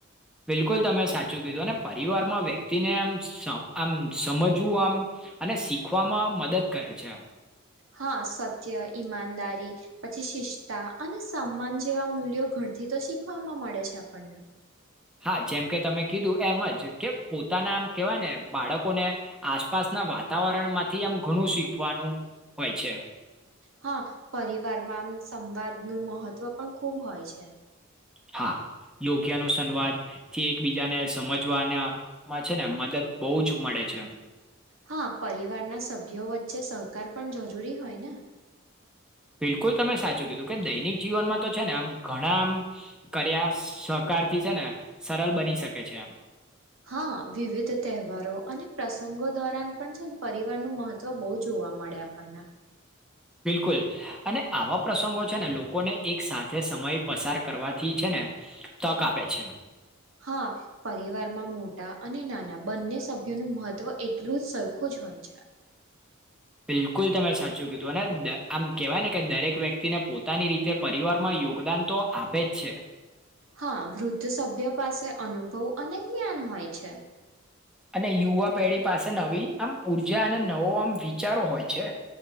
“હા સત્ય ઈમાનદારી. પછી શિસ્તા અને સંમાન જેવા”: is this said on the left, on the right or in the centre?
Right